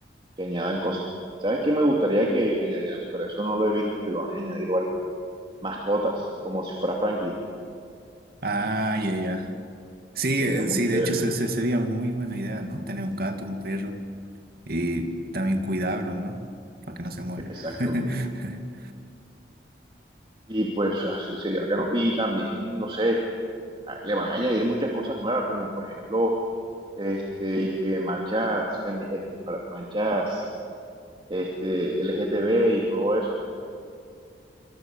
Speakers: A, on the right; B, on the right.
A: que añadan cosas. ¿Sabes qué me gustaría que añadieran? Pero eso no lo he visto que lo van a añadir o algo. Mascotas, como si fuera Franklin,
B: Ah, ya, ya. Sí,
A: sería
B: eh,
A: muy
B: sí,
A: chévere.
B: de hecho se, se- sería muy buena idea, ¿no? Tener un gato, un perro y también cuidarlo, ¿no? Para que no se muera.
A: Exacto.
B: <laughs>
A: Y pues así sería bacano. Y también, no sé, a- le van a añadir muchas cosas nuevas, como por ejemplo este, y que marchas, femi- este, far- marchas este, LGTB y todo eso.